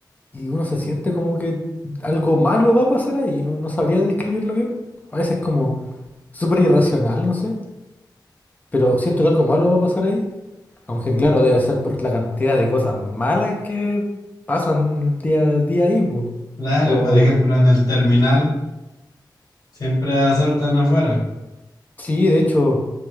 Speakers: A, on the left; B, on the left.
A: y uno se siente como que algo malo va a pasar ahí. No, no sabría describirlo bien. A veces como súper irracional, no sé. Pero siento que algo malo va a pasar ahí. Aunque claro, debe ser por la cantidad de cosas malas que pasan día a día ahí, po.
B: Claro,
A: Pero
B: por ejemplo, en el terminal siempre asaltan afuera.
A: sí, de hecho...